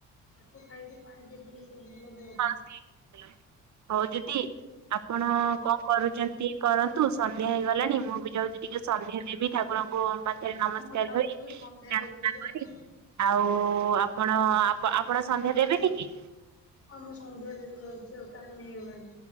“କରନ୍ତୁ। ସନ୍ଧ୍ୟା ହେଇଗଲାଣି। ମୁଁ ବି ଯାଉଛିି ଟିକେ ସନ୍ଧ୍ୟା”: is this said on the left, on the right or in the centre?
Right